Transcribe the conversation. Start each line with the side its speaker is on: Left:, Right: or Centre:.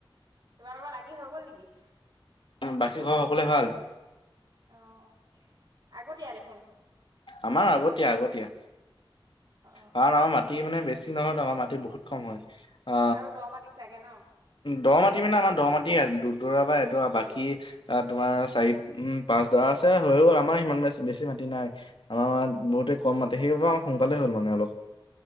Right: তোমাৰোকৰ লাগি হৈ গ'ল নেকি?
Left: বাকী ঘৰ সকলোৱে ভাল?
Right: অ' আগতীয়া দেখোন।
Left: আমাৰ আগতীয়া আগতীয়া।
Right: অ
Left: কাৰণ আমাৰ মাত মাটি মানে বেছি নহয়, তোমাৰ মাটি বহুত কম হয়, আ
Right: আৰু দ মাটি চাগে ন?
Left: দ মাটি মানে আমাৰ দ মাটি, দুডৰা বা এডৰা বাকী আ, তোমাৰ চাৰি উম, পাঁচজৰা আছে হৈ গ'ল, আমাৰ সিমান বেছি মাটি নাই। আমাৰ বহুতে কম মাটি সেইব সোনকালে হ'ল মানে অলপ।